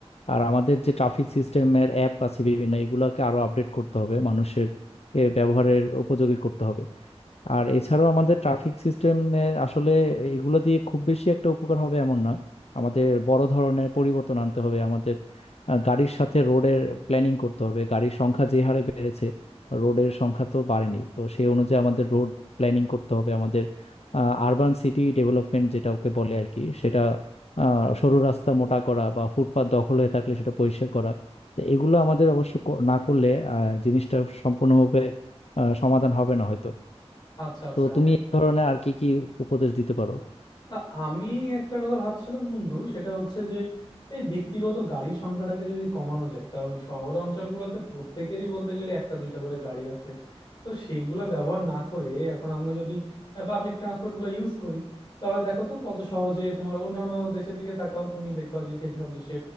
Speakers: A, on the left (about 75°); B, on the left (about 45°).
A: আর আমাদের যে ট্রাফিক সিস্টেমের অ্যাপ আছে বিভিন্ন এগুলোকে আরো আপডেট করতে হবে মানুষের এ, ব্যবহারের উপযোগী করতে হবে আর এছাড়াও আমাদের ট্রাফিক সিস্টেমে আসলে এগুলো দিয়ে খুব বেশি একটা উপকার হবে এমন না আমাদের বড় ধরনের পরিবর্তন আনতে হবে আমাদের আহ, গাড়ির সাথে রোডের প্ল্যানিং করতে হবে গাড়ির সংখ্যা যে হারে বেড়েছে রোডের সংখ্যা তো বাড়েনি তো সেই অনুযায়ী আমাদের রোড প্ল্যানিং করতে হবে আমাদের আরবান সিটি ডেভেলপমেন্ট যেটা ওকে বলে আর কি সেটা আহ, সরু রাস্তা মোটা করা বা ফুটপাত দখল হয়ে থাকলে সেটা পরিষ্কার করা তো এগুলো আমাদের অবশ্য কর- না করলে আহ, জিনিসটা সম্পূর্ণভাবে আহ, সমাধান হবে না হয়তো
B: আচ্ছা আচ্ছা
A: তো তুমি
B: হ্যাঁ
A: এই ধরনের আর কি কি উপদেশ দিতে পারো
B: আ- আমি একটা কথা ভাবছিলাম বন্ধু সেটা হচ্ছে যে এই ব্যক্তিগত গাড়ির সংখ্যাটাকে যদি কমানো যায় কারণ শহর অঞ্চলগুলোতে প্রত্যেকেরই বলতে গেলে একটা দুইটা করে গাড়ি আছে তো সেইগুলো ব্যবহার না করে এখন আমরা যদি পাবলিক ট্রান্সপোর্ট গুলো ইউজ করি তাহলে দেখো তো কত সহজে তোমার অন্যান্য দেশের দিকে তাকাও তুমি দেখবা যে সেসব দেশে